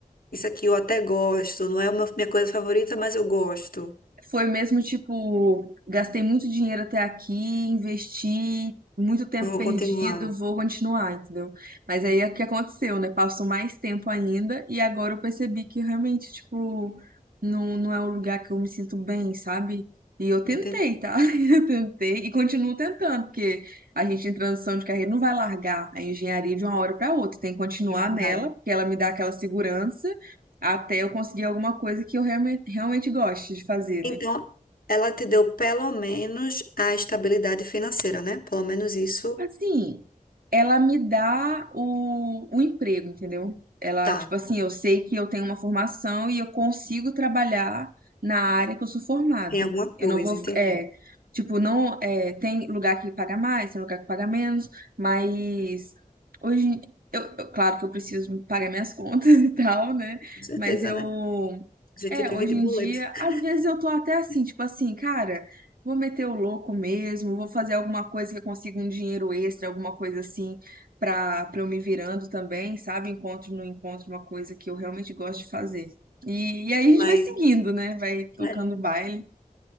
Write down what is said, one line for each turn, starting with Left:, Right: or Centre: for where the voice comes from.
Left: isso aqui eu até gosto, não é uma minha coisa favorita, mas eu gosto,
Right: Foi mesmo tipo, gastei muito dinheiro até aqui, investi muito tempo
Left: vou
Right: perdido,
Left: continuar.
Right: vou continuar, entendeu? Mas aí é o que aconteceu, né? Passou mais tempo ainda e agora eu percebi que realmente, tipo, não, não é um lugar que eu me sinto bem, sabe? E eu tentei,
Left: Entendi.
Right: tá? <laughs> Eu tentei e continuo tentando, porque a gente em transição de carreira não vai largar a engenharia de uma hora para outra, tem que continuar
Left: É verdade.
Right: nela, porque ela me dá aquela segurança até eu conseguir alguma coisa que eu realmente, realmente goste de fazer,
Left: Então,
Right: né?
Left: ela te deu pelo menos a estabilidade financeira, né? Pelo menos isso
Right: Assim, ela me dá o, o emprego, entendeu? Ela,
Left: tá,
Right: tipo assim, eu sei que eu tenho uma formação e eu consigo trabalhar na área que eu sou formada.
Left: tem alguma coisa,
Right: Eu não vou,
Left: entendi.
Right: ficar- é, tipo, não, é, tem lugar que paga mais, tem lugar que paga menos, mas hoje, eu, eu- claro que eu preciso pagar minhas contas <laughs> e tal, né?
Left: Com certeza,
Right: Mas eu,
Left: né? A gente
Right: é,
Left: vive
Right: hoje
Left: de
Right: em
Left: boleto.
Right: dia,
Left: <laughs>
Right: às vezes eu tô até assim, tipo assim, cara. Vou meter o louco mesmo, vou fazer alguma coisa que eu consiga um dinheiro extra, alguma coisa assim, para para eu me virando também, sabe? Encontro no encontro uma coisa que eu realmente gosto de fazer. E, e aí a gente
Left: Mas,
Right: vai seguindo, né? Vai tocando
Left: é.
Right: o baile.